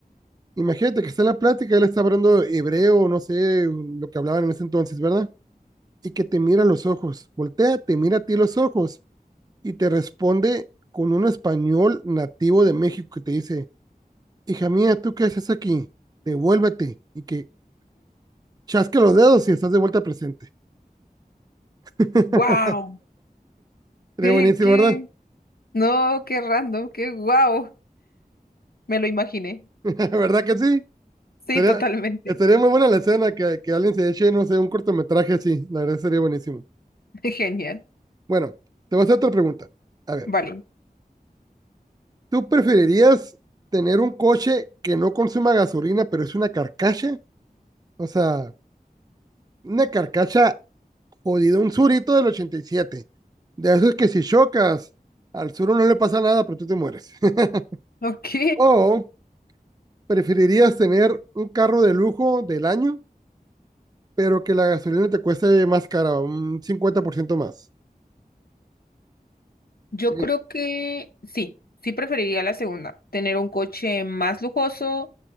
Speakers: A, on the right (about 25°); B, on the left (about 80°).
A: Imagínate que está en la plática, él está hablando hebreo, no sé mm, lo que hablaban en ese entonces, ¿verdad? Y que te mira a los ojos, voltea, te mira a ti los ojos y te responde con un español nativo de México que te dice, hija mía, ¿tú qué haces aquí? Devuélvete y que chasque los dedos y estás de vuelta presente. <laughs>
B: Wow.
A: Sería
B: Qué,
A: buenísimo,
B: qué,
A: ¿verdad?
B: no, qué random, qué guau. Me lo imaginé.
A: <laughs> ¿Verdad que sí?
B: Sí,
A: Sería,
B: totalmente.
A: estaría muy buena la escena que, que alguien se eche, no sé, un cortometraje así, la verdad sería buenísimo.
B: <laughs> Genial.
A: Bueno, te voy a hacer otra pregunta. A ver.
B: Vale.
A: ¿Tú preferirías tener un coche que no consuma gasolina, pero es una carcacha? O sea, una carcacha jodida, un surito del 87. De eso es que si chocas, al suro no le pasa nada, pero tú te mueres. <laughs>
B: Ok.
A: O preferirías tener un carro de lujo del año, pero que la gasolina te cueste más cara, un 50% más.
B: Yo
A: Eh,
B: creo que sí, sí preferiría la segunda, tener un coche más lujoso